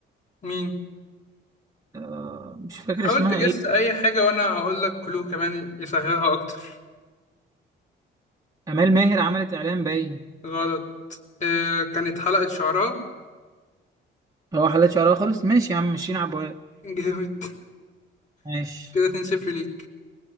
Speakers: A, on the left; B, on the right.
A: مين؟
B: آه، مش فاكر
A: حاول
B: اسمها
A: تجس
B: إيه
A: أي حاجة وأنا هقول لك كلو كمان يسهلها أكتر
B: أمال ماهر عملت إعلان باين
A: غلط آه كانت حلقة شعراء
B: هو حلت شعرها خالص ماشي يا عم مشينا عبوات
A: جامد
B: ماشي
A: <laughs> كده 2-0 ليك